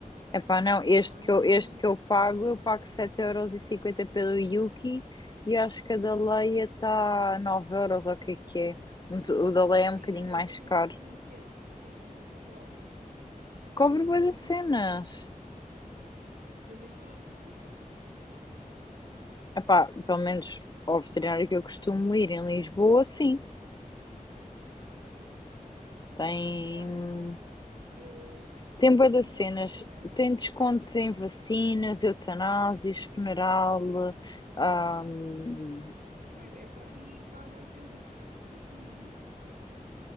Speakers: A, on the left; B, on the right.
A: Epá, não,
B: Não
A: este
B: há
A: que
B: nenhum.
A: eu, este que eu pago, eu pago sete euros e cinquenta pelo Yuki e acho que a da Leia está 9€ ou o que é que é, mas o o da Leia é
B: Sim,
A: um bocadinho
B: não, mas
A: mais
B: o que é
A: caro.
B: que compensa? O que é que cobre? É
A: Cobre
B: mais
A: bué
B: no sentido
A: das cenas.
B: porque. Mas em todos os sítios?
A: Epá, pelo menos ao veterinário que eu costumo ir em Lisboa, sim,
B: Ok.
A: tem...
B: Pá, não sei. Eu,
A: Tem
B: na
A: bué
B: altura,
A: das cenas,
B: perguntei, né?
A: tem descontos em vacinas, eutanásias, funeral, ahm,
B: Pois, esta aqui paga 80% de tudo isso.